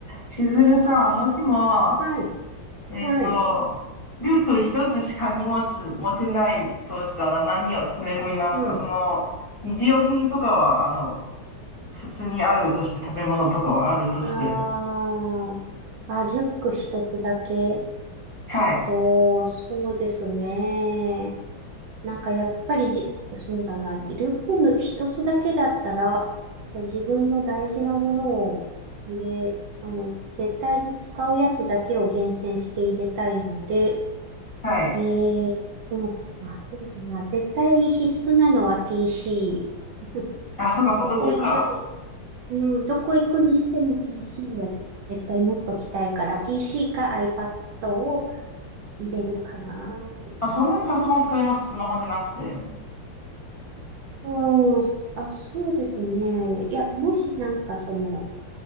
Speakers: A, on the left (about 20°); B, on the right (about 70°).
A: 千鶴さん、もしも、
B: はい。
A: えっと、
B: はい。
A: リュック一つしか荷物持てないとしたら何を詰め込みますかその、
B: うん。
A: 日用品とかは、あの、普通にあるとして、食べ物とかはあるとして。
B: あー、あ、リュック一つだけ。
A: はい、
B: えっと、そうですね。なんかやっぱりじ、そうだな。リュックの一つだけだったら、自分の大事なものを入れ、あの、絶対に使うやつだけを厳選して入れたいので、
A: はい。
B: えー、でも、あ、そうだな。絶対必須なのは PC。
A: あ、そうか、パソコンか。
B: どこ行くにうん、どこ行くにしても PC は絶対持っときたいから、PC か iPad を入れるかなーって感じ。
A: あ、そんなにパソコン使いますスマホじゃなくて。
B: あ、うん、あ、そうですね。いや、もしなんかその、